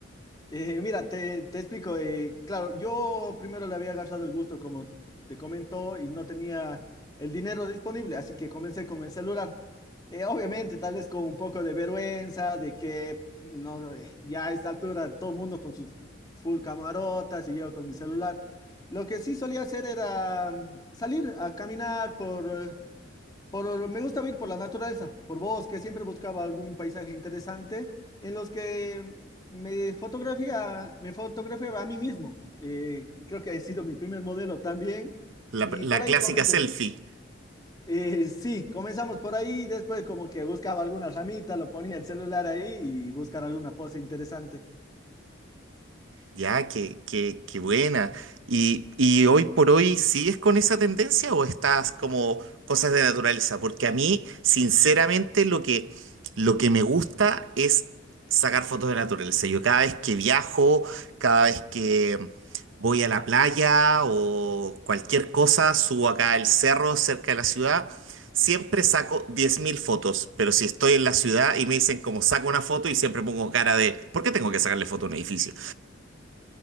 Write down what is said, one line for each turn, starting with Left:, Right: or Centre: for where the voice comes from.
Left: Eh, mira, te, te explico. eh, claro, yo primero le había agarrado el gusto, como te comentó, y no tenía el dinero disponible, así que comencé con el celular. Eh, obviamente, tal vez con un poco de vergüenza, de que no, eh, ya a esta altura todo el mundo con sus full camarotas y yo con mi celular. Lo que sí solía hacer era mm, salir a caminar por... eh, por, me gusta ir por la naturaleza, por bosque, siempre buscaba algún paisaje interesante en los que me fotografía, me fotografiaba a mí mismo. Eh, creo que ha sido mi primer modelo también
Right: la
Left: y
Right: la
Left: por ahí
Right: clásica
Left: comencé.
Right: selfie.
Left: Eh, sí, comenzamos por ahí, después como que buscaba alguna ramita, lo ponía el celular ahí y buscar alguna pose interesante.
Right: Ya, qué, qué, qué buena. ¿Y, y hoy por hoy sigues con esa tendencia o estás como cosas de naturaleza? Porque a mí, sinceramente, lo que, lo que me gusta es sacar fotos de naturaleza. Yo cada vez que viajo, cada vez que voy a la playa o cualquier cosa, subo acá al cerro cerca de la ciudad, siempre saco 10.000 fotos. Pero si estoy en la ciudad y me dicen como saco una foto y siempre pongo cara de, ¿por qué tengo que sacarle foto a un edificio?